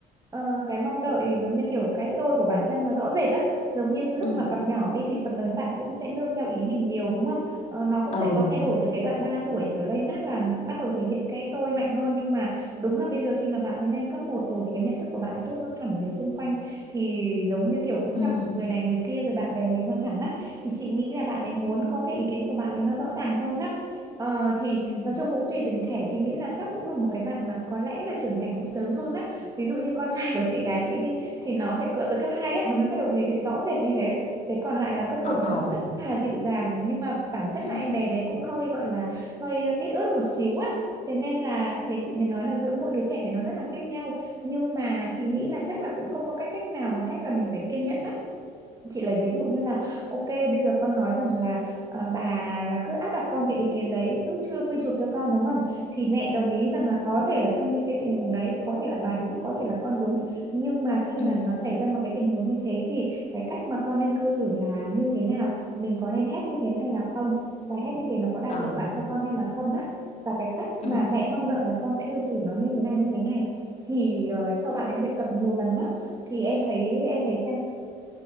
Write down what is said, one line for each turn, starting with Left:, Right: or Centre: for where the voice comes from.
Right: ờ, cái mong đợi giống như kiểu cái tôi của bản thân nó rõ rệt á giống như lúc
Left: ừ
Right: mà còn nhỏ đi thì phần lớn bạn cũng sẽ nương theo ý mình nhiều đúng không Ờ, nó cũng
Left: Ừ.
Right: sẽ có thay đổi từ cái đoạn 3 tuổi trở lên á là nó bắt đầu thể hiện cái tôi mạnh hơn nhưng mà đúng là bây giờ khi mà bạn ấy lên cấp một rồi thì cái nhận thức của bạn ấy tốt hơn hẳn về xung quanh thì giống như kiểu cũng
Left: Ừ.
Right: gặp người này người kia rồi bạn bè nhiều hơn hẳn á thì chị nghĩ là bạn ấy muốn có cái ý kiến của bạn ấy nó rõ ràng hơn á Ờ, thì
Left: ừ
Right: nói chung cũng tùy từng trẻ chị nghĩ là sắp cũng là một cái bạn mà có lẽ là trưởng thành cũng sớm hơn á ví dụ như con trai của chị gái chị đi thì nó phải cỡ tới cấp 2 á nó mới bắt đầu thể hiện rõ rệt như thế thế còn lại là cấp một
Left: Ờ.
Right: nó vẫn rất là dịu dàng nhưng mà bản chất
Left: Ừ.
Right: là em bé đấy cũng hơi gọi là hơi ờ, mít ướt một xíu á thế nên là thế chị mới nói là giữa mỗi đứa trẻ thì nó rất là khác nhau nhưng mà chị nghĩ là chắc là cũng không có cách cách nào bằng cách là mình phải kiên nhẫn á chị lấy ví dụ như là ok bây giờ con nói rằng là ờ, bà là cứ áp đặt con cái ý kiến đấy cứ chưa quy chụp cho con đúng không thì mẹ đồng ý rằng là có thể là trong những cái tình huống đấy có thể là bà đúng có thể là con đúng nhưng mà khi
Left: Ừ.
Right: mà nó xảy ra một cái tình huống như thế thì cái cách mà con nên cư xử là như thế nào mình có nên hét như thế hay là không và hét như thế nó có đạt
Left: Ờ.
Right: hiệu quả cho con hay là không á và cái cách
Left: Ừ.
Right: mà mẹ mong đợi là con sẽ cư xử nó như thế này như thế này thì ờ, cho bạn em luyện tập nhiều lần đó thì em thấy em thấy sao